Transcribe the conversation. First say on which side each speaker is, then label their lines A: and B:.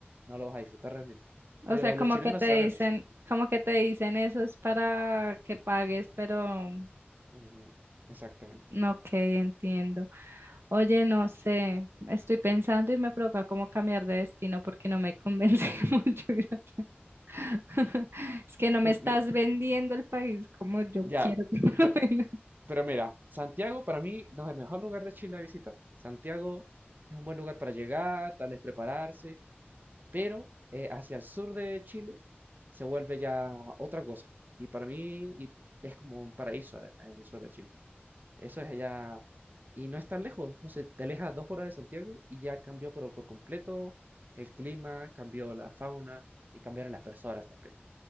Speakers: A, on the right; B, on the right.
A: No lo vas a disfrutar realmente.
B: O
A: Pero
B: sea, como
A: los chilenos
B: que te
A: sabemos.
B: dicen, como que te dicen eso es para que pagues, pero
A: Ujú, exactamente.
B: no, ok, entiendo. Oye, no sé, estoy pensando y me provoca como cambiar de destino porque no me convence <laughs> mucho. ir a- <laughs> Es que no
A: Pues,
B: me estás
A: mi-
B: vendiendo el país como yo
A: ya,
B: quiero que <laughs>
A: pe-
B: me lo
A: pero mira, Santiago para mí no es el mejor lugar de Chile a visitar. Santiago es un buen lugar para llegar, tal vez prepararse. Pero eh, hacia el sur de Chile se vuelve ya otra cosa. Y para mí y es como un paraíso eh, en el sur de Chile. Eso es allá. Y no es tan lejos. No sé, te alejas dos horas de Santiago y ya cambió pero por completo el clima, cambió la fauna y cambiaron las personas también.